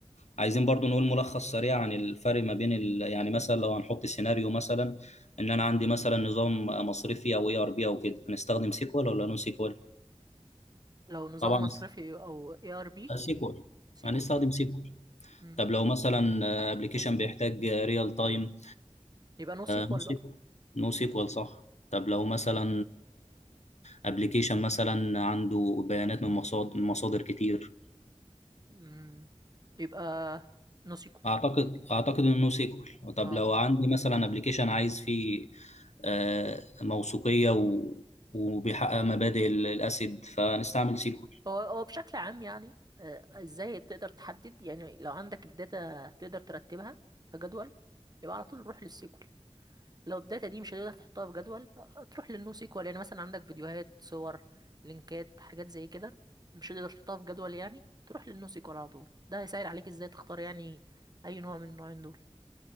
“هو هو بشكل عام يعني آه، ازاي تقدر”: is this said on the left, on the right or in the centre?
Right